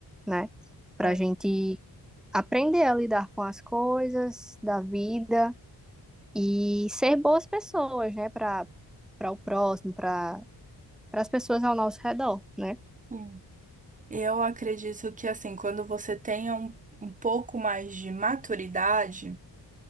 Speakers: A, in the centre; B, on the right (about 20°).
A: né? Para
B: é,
A: a gente aprender a lidar com as coisas da vida e ser boas pessoas, né, para para o próximo, para para as pessoas ao nosso redor, né?
B: sim. Eu acredito que, assim, quando você tenha um, um pouco mais de maturidade,